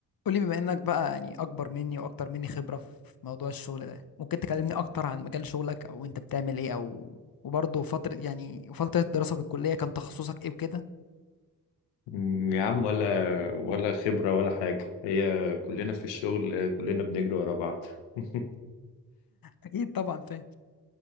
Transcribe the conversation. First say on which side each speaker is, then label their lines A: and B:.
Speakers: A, on the left (about 50°); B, on the left (about 90°).
A: قولي بما انك بقى يعني اكبر مني واكتر مني خبرة في موضوع الشغل ده ممكن تكلمني اكتر عن مجال شغلك او انت بتعمل ايه او وبرضه فترة يعني فترة الدراسة في الكلية كان تخصصك ايه وكده
B: مم، يا عم ولا ولا خبرة ولا حاجة هي كلنا في الشغل كلنا بنجري ورا بعض <laughs>
A: اكيد طبعا فاهم